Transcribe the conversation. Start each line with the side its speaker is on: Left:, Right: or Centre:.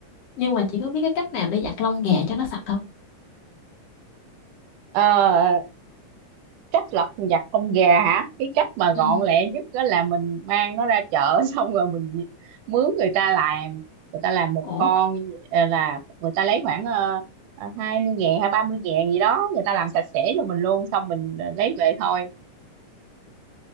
Left: nhưng mà chị có biết cái cách nào để giặt lông gà cho nó sạch không
Right: Ờ, cách lật vặt con gà hả cái cách mà gọn
Left: ừ.
Right: lẹ nhất đó là mình mang nó ra chợ <laughs> xong rồi mình mướn người ta làm người ta làm một
Left: ủa
Right: con như vậy, ờ, là người ta lấy khoảng ờ, hai mươi ngàn hay ba mươi ngàn gì đó người ta làm sạch sẽ cho mình luôn xong mình lấy về thôi